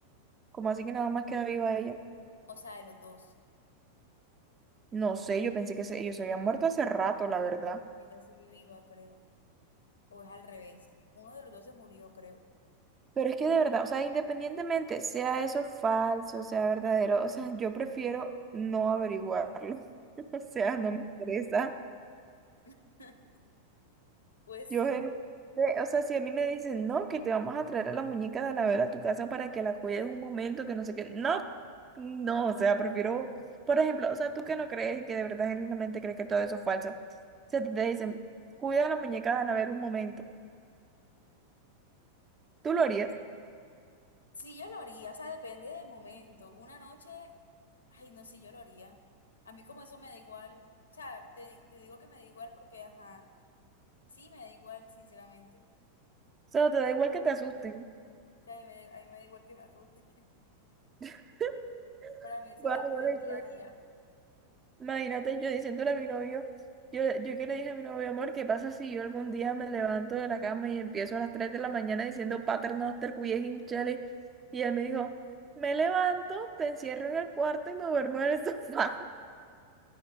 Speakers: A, on the right; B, on the left.
A: como así que nada más queda viva ella?
B: O sea, de los dos.
A: No sé, yo pensé que se- ellos se habían muerto hace rato, la verdad.
B: Ella sigue viva, creo. O es al revés. Uno de los dos se murió, creo.
A: Pero es que de verdad, o sea, independientemente sea eso falso, sea verdadero, o sea, yo prefiero no averiguarlo. <laughs> O sea, no me interesa.
B: <laughs> Pues
A: Yo,
B: sí.
A: en- eh, o sea, si a mí me dicen, no, que te vamos a traer a la muñeca de Anabel a tu casa para que la cuides un momento, que no sé qué, no, no, o sea, prefiero, por ejemplo, o sea, tú que no crees y que de verdad genuinamente crees que todo eso es falso, o sea, te dicen, cuida a la muñeca de Anabel un momento, ¿tú lo harías? O
B: Sí, yo lo haría, o sea, depende del momento. Una noche, ay, no, sí, yo lo haría. A mí como eso me da igual. O sea, te, di- te digo que me da igual porque, ajá, sí, me da igual, sinceramente. O
A: sea, te da igual que te asusten.
B: sea, a mí me, da- a mí me da igual que me asuste. <laughs>
A: <laughs>
B: Para mí eso
A: Bueno,
B: es algo
A: bueno,
B: del día a día.
A: Imagínate yo diciéndole a mi novio, yo, yo que le dije a mi novio, amor, ¿qué pasa si yo algún día me levanto de la cama y empiezo a las 3 de la mañana diciendo Paternoster, cuye hinchale? Y él me dijo, me levanto, te encierro en el cuarto y me duermo en el sofá. <laughs>